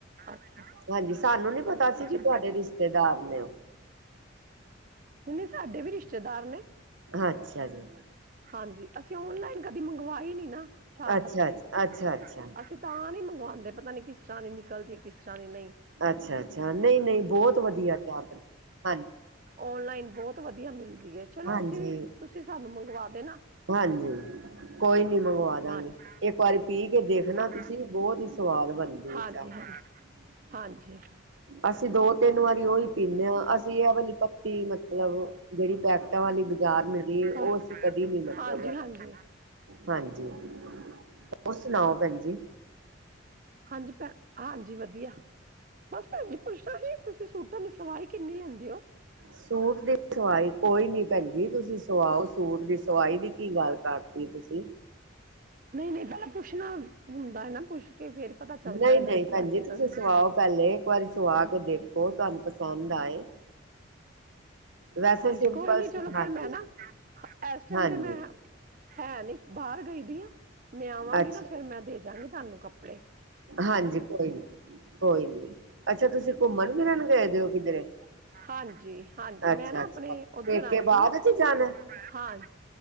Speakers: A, on the right; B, on the right.
A: ਅੱਛਾ
B: ਹਾਂਜੀ ਸਾਨੂੰ ਨੀ ਪਤਾ ਸੀ
A: ਅੱਛਾ
B: ਕਿ ਤੁਹਾਡੇ ਰਿਸ਼ਤੇਦਾਰ ਨੇ ਉਹ।
A: ਨਹੀਂ ਸਾਡੇ ਵੀ ਰਿਸ਼ਤੇਦਾਰ ਨੇ।
B: ਅੱਛਾ ਜੀ।
A: ਹਾਂਜੀ ਅਸੀਂ ਓਨਲਾਈਨ ਕਦੇ ਮੰਗਵਾਈ ਨੀ ਨਾ ਚਾਹ
B: ਅੱਛਾ
A: ਪੱਤੀ
B: ਅੱਛਾ ਅੱਛਾ ਅੱਛਾ
A: ਅਸੀਂ। ਤਾਂ ਨਹੀਂ ਮੰਗਵਾਉਂਦੇ। ਪਤਾ ਨਹੀਂ ਕਿਸ ਤਰ੍ਹਾਂ ਦੀ ਨਿਕਲ ਦੀ ਹੈ ਕਿਸ ਤਰ੍ਹਾਂ ਦੀ ਨਹੀ।
B: ਅੱਛਾ ਅੱਛਾ। ਨਹੀਂ ਨਹੀਂ ਬਹੁਤ ਵਧੀਆ ਚਾਵਲ। ਹਾਂਜੀ।
A: ਔਨਲਾਈਨ ਬਹੁਤ ਵਧੀਆ ਮਿਲਦੀ ਹੈ। ਚਲੋ
B: ਹਾਂਜੀ।
A: ਅਸੀਂ ਵੀ ਤੁਸੀਂ ਸਾਨੂੰ ਮੰਗਵਾ ਦੇਣਾ।
B: ਹਾਂਜੀ। ਕੋਈ ਨੀ ਮੰਗਵਾ ਦਾਂਗੇ
A: ਹਾਂਜੀ
B: ਇੱਕ ਵਾਰੀ ਪੀ ਕੇ ਦੇਖਣਾ
A: ਹਾਂ
B: ਤੁਸੀਂ ਬਹੁਤ ਹੀ ਸਵਾਦ ਬਣਦੀ
A: ਹਾਂਜੀ
B: ਹੈ ਚਾਹ
A: ਹਾਂਜੀ। ਹਾਂਜੀ।
B: ਅਸੀਂ ਦੋ ਤਿੰਨ ਵਾਰੀ ਉਹੀ ਪੀਂਦੇ ਹਾਂ ਅਸੀਂ ਇਹ ਵਾਲੀ ਪੱਤੀ ਮਤਲਬ ਜਿਹੜੀ ਪੈਕ। ਟਾਂ ਵਾਲੀ ਬਾਜ਼ਾਰ ਮਿਲਦੀ ਏ
A: ਘਰ
B: ਉਹ ਅਸੀਂ ਕਦੀ ਨੀ ਮਤਲਬ।
A: ਹਾਂਜੀ ਹਾਂਜੀ
B: ਹਾਂਜੀ ਹੋਰ ਸੁਣਾਓ ਭੈਣ ਜੀ।
A: ਹਾਂਜੀ ਭੈ ਹਾਂਜੀ ਵਧੀਆ ਬਸ ਭੈਣ ਜੀ ਪੁੱਛਦਾ ਸੀ। ਤੁਸੀਂ ਸ ਸੂਟਾ ਦੀ ਸਵਾਈ ਕਿੰਨੀ ਲੈਂਦੇ ਹੋ।
B: ਸੂਟ ਦੀ ਸਵਾਈ ਕੋਈ ਨੀ ਭੈਣਜੀ ਤੁਸੀਂ ਸਵਾਓ ਸੂਟ ਦੀ ਸਵਾਈ ਦੀ ਕੀ ਗੱਲ ਕਰ। ਤੀ ਤੁਸੀਂ।
A: ਨਹੀਂ ਨਹੀਂ ਪਹਿਲਾਂ ਪੁੱਛਣਾ ਹੁੰਦਾ ਹੈ ਨਾ। ਪੁੱਛ ਕੇ ਫੇਰ। ਪਤਾ ਚੱਲਦਾ
B: ਨਹੀਂ
A: ਹੈ ਨਾ।
B: ਨਹੀਂ
A: <inaudible> ਹਾਂ।
B: ਭੈਣ ਜੀ ਤੁਸੀਂ ਸਵਾਓ ਪਹਿਲੇ ਇੱਕ ਵਾਰੀ ਸਵਾ ਕੇ ਦੇਖੋ ਤੁਹਾਨੂੰ ਪਸੰਦ ਆਏ ਵੈਸੇ
A: ਹਾਂਜੀ।
B: ਸਿੰਪਲ
A: ਕੋਈ ਨੀ ਚਲੋ
B: ਹਾਂਜੀ
A: ਫਿਰ ਮੈਂ ਨਾ ਇਸ ਟਾਈਮ
B: ਹਾਂਜੀ
A: ਤੇ ਮੈਂ। ਹੈ ਨੀ ਬਾਹਰ ਗਈ ਦੀ ਆ। ਮੈਂ ਆਵਾਂਗੀ
B: ਅੱਛਾ
A: ਨਾਂ ਫਿਰ
B: ਜੀ
A: ਮੈਂ ਦੇ ਜਾਵਾਂਗੀ ਤੁਹਾਨੂੰ ਕੱਪੜੇ।
B: ਹਾਂਜੀ ਕੋਈ ਨੀ। ਕੋਈ ਨੀ। ਅੱਛਾ ਤੁਸੀਂ ਘੁੰਮਣ ਫਿਰਨ ਗਏ ਦੇ ਹੋ ਕਿਧਰੇ।
A: ਹਾਂਜੀ ਹਾਂਜੀ।
B: ਅੱਛਾ
A: ਮੈਂ ਨਾ
B: ਅੱਛਾ
A: ਆਪਣੇ ਉੱਧਰ
B: ਪੇਕੇ
A: ਆਈ
B: ਬਾਅਦ
A: ਦੀ ਹਾਂ।
B: ਚ ਜਾਣਾ
A: ਹਾਂ